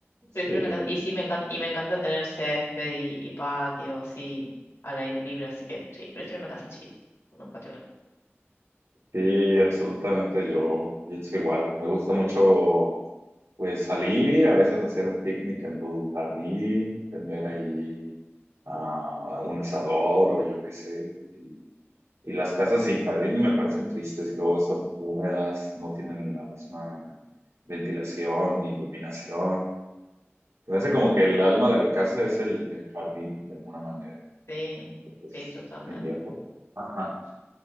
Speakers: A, on the right; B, on the left.
A: sí,
B: Prefiero una casa. Y sí, me encanta, y me encanta tener césped y, y patio así al aire libre, así que sí, prefiero una casa chiquita con un patio grande.
A: sí, absolutamente yo pienso igual. Me gusta mucho pues salir, a veces hacer un picnic en tu jardín, tener ahí ah, un asador o yo qué sé. Y, y las casas sin jardín me parecen tristes, y luego son húmedas, no tienen la misma ventilación ni iluminación. Me parece como que el alma de la casa es el el jardín, de alguna manera.
B: Sí,
A: Pues
B: sí, totalmente.
A: me iría por. Ajá.